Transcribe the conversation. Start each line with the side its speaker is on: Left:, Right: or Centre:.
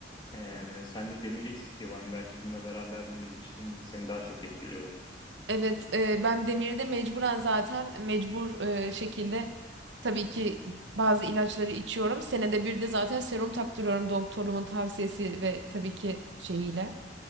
Left: Ee, sende demir eksikliği var mı? Belki bununla beraber birleştiğinde seni daha çok etkiliyorlar.
Right: Evet, e, ben Demir'de mecburen zaten mecbur e, şekilde tabii ki bazı ilaçları içiyorum. Senede bir de zaten serum taktırıyorum doktorumun tavsiyesi ve tabii ki şeyiyle.